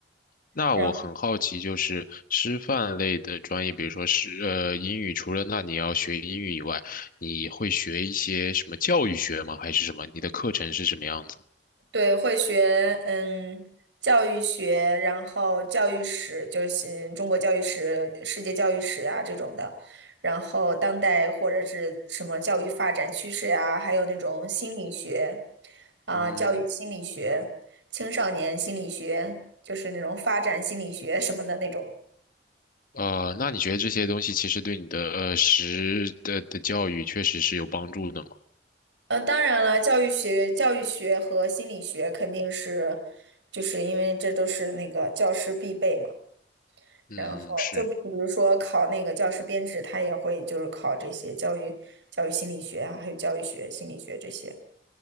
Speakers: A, on the left; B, on the right.
A: 那我很好奇，
B: 然后。
A: 就是师范类的专业，比如说是呃英语，除了那你要学英语以外，你会学一些什么教育学吗？还是什么？你的课程是什么样子？
B: 对，会学嗯教育学，然后教育史，就是中国教育史、世界教育史呀这种的，然后当代或者是什么教育发展趋势呀、还有那种心理学啊、
A: 嗯。
B: 教育心理学、青少年心理学，就是那种发展心理学什么的那种。
A: 呃，那你觉得这些东西其实对你的呃实的的教育确实是有帮助的吗？
B: 嗯，当然了，教育学、教育学和心理学肯定是，就是因为这都是那个教师必备嘛。
A: 嗯，
B: 然后就比如说考那个教师编制，
A: 是，
B: 他也会就是考这些教育、教育心理学啊，还有教育学、心理学这些。